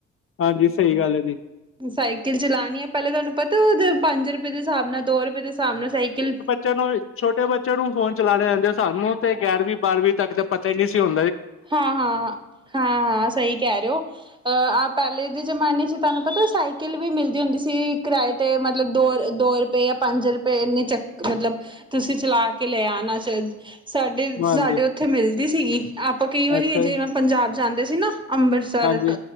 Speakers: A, on the left; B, on the right.
A: ਹਾਂਜੀ ਸਹੀ ਗੱਲ ਹੈ ਜੀ
B: ਸਾਈਕਲ ਚਲਾਣੀ ਹੈ, ਪਹਿਲਾਂ ਤੁਹਾਨੂੰ ਪਤਾ ਉਹਦੇ ਪੰਜ ਰੁਪਏ ਦੇ ਹਿਸਾਬ ਨਾਲ, ਦੋ ਰੁਪਏ ਦੇ ਹਿਸਾਬ ਨਾਲ ਸਾਈਕਲ
A: ਚਲੋ ਛੋਟੇ ਬੱਚੇ ਨੂੰ ਫੋਨ ਚਲਾਣੇ ਆਦੇ, ਸਾਨੂੰ ਤੇ ਗਿਆਰਵੀਂ ਬਾਰਵੀਂ ਤੱਕ ਤੇ ਪਤਾ ਹੀ ਨਹੀਂ ਸੀ ਹੂੰ।
B: ਹਾਂ- ਹਾਂ -ਹਾਂ -ਹਾਂ ਸਹੀ ਕਹਿ ਰਹੇ ਹੋ, ਅਹ ਆਪ ਪਹਿਲੇ ਵ ਜ਼ਮਾਨੇ ਚ ਤੁਹਾਨੂੰ ਪਤਾ ਸਾਈਕਲ ਵੀ ਮਿਲਦੀ ਹੁੰਦੀ ਸੀ ਕਿਰਾਏ ਤੇ, ਮਤਲਬ ਦੋ ਦੋ ਜਾਂ ਪੰਜ ਰੁਪਏ, ਇੰਨੇ ਚੱਕ ਮਤਲਬ ਤੁਸੀਂ ਚਲਾ ਕੇ ਲੈ ਆਣਾ। ਸਾਡੇ
A: ਹਾਂਜੀ
B: -ਸਾਡੇ ਉੱਥੇ ਮਿਲਦੀ ਸੀਗੀ, ਆਪਾਂ ਕਈ ਵਾਰੀ
A: ਅੱਛਾ
B: ਜੇ
A: ਜੀ
B: ਮੈਂ ਪੰਜਾਬ ਜਾਂਦੇ ਸੀ ਨਾ ਅੰਬਰ ਸਰ
A: ਹਾਂਜੀ